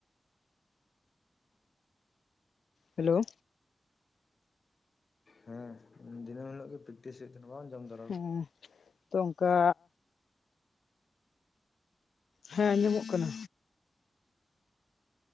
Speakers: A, on the left; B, on the left.
A: ᱦᱮᱞᱳ
B: ᱦᱮᱸ ᱫᱤᱱᱟᱹᱢ <unintelligible> ᱛᱤᱥᱮᱫ ᱵᱟᱝ ᱡᱚᱢ <unintelligible>
A: ᱦᱮᱸ ᱛᱚ ᱚᱱᱠᱟ ᱦᱮᱸ ᱟᱸᱡᱚᱢᱚᱜ ᱠᱟᱱᱟ᱾